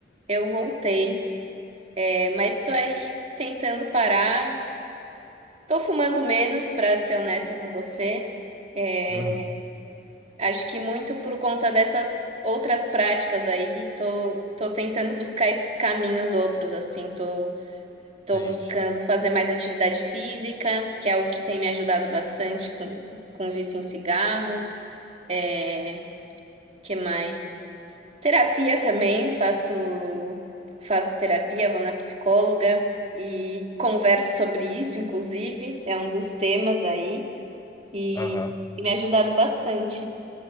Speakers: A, on the right; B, on the left.
A: eu voltei. É, mas estou aí tentando parar. Tô fumando menos, para ser honesta com você. É,
B: Uhum.
A: acho que muito por conta dessas outras práticas aí, tô, tô tentando buscar esses caminhos outros, assim, tô. Estou
B: Sim,
A: buscando
B: sim.
A: fazer mais atividade física, que é o que tem me ajudado bastante com, com o vício em cigarro. É, que mais? Terapia também, faço, faço terapia, vou na psicóloga e converso sobre isso, inclusive, é um dos temas aí, e,
B: Aham.
A: e me ajudado bastante.